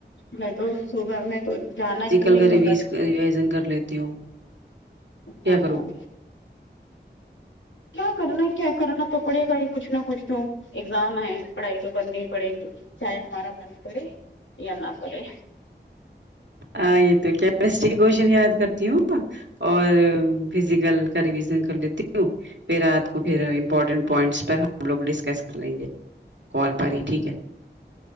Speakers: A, on the left; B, on the right.
A: میں تو صبح میں تو جانا کیوں
B: جی کل
A: نہیں
B: کر
A: ہوتا
B: رویز ریوزن کر لیتی ہوں
A: اچھا
B: کیا
A: ہاں
B: کروں
A: کیا کرنا کیا کرنا تو پڑے گا ہی کچھ نہ کچھ تو ایگزام ہے پڑھائی تو کرنی ہی پڑے گی چاہے ہمارا من کرے یا نہ کرے
B: ہاں یہ تو کیمسٹری کے کوشچن یاد کرتی ہوں اور فزیکل کا ایڈمیشن کر لیتی ہوں پھر رات کو پھر امپورٹنٹ پوائنٹس پر ہم لوگ ڈسکس کر لیں گے کال پر ہی ٹھیک ہے